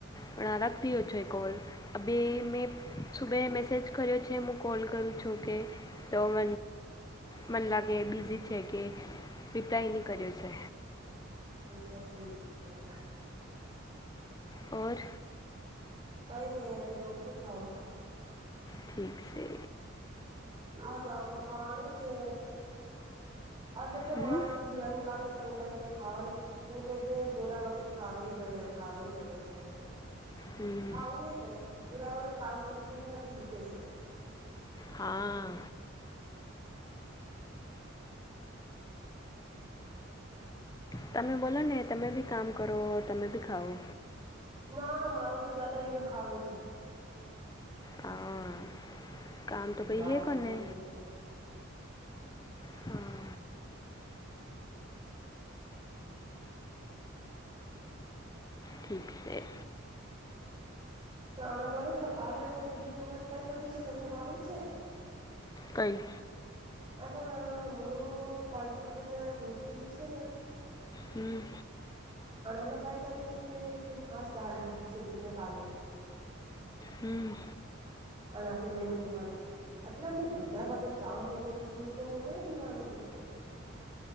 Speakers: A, on the left; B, on the right.
A: પણ લગથી ઓછો એ કોલ આ બે મેં સુબે મેસેજ કર્યો છે, હું કોલ કરું છું કે તો મ મન લાગે બીઝી છે કે રિપ્લાય નહીં કર્યો છે.
B: એ તો સી છીએ <inaudible>
A: ઓર.
B: કઈ નહી હવે રોટલી ખાવં છું.
A: ઠીક છે.
B: હ જા કણું છે અ તો
A: હમ
B: મારે તો બીયા નિકાલે ચંગલાય <inaudible> ખાવાનું એમ કે જે પૂરા વખત ખાવ ર ખાવ રહે છે.
A: હમ્મ.
B: ખાવું ન કઈ પુરા વગત કામ કરું છે નથી દીખે છે.
A: હા‌ તમે બોલો ને તમે ભી કામ કરો તમે ભી ખાાવઓ,
B: ના માણું તો જદા એ વ ખરાવ છે,
A: હા, કામ તો
B: ધી
A: કઈએ
B: બાળકને
A: કોને
B: મિલતે છે
A: હા ઠીક છે.
B: શાણો ગણ છેો કાલે ને અને બીજી વખત કઈ કર્યું છે તમે માલુમ છે.
A: કઈ.
B: અને ના હું પાનસો વખત દૂધ પીવ છે ને,
A: હમ્મ
B: અને એને કઈ કર્યું છે કે હસ ડાળ દીધી છે દૂધને કાલે
A: હમ્મ,
B: અણાકે મેણ પીવાનું એટલે હું બુધા વગત કામ કરું છું તો નહી પીવાનું દુઃખશે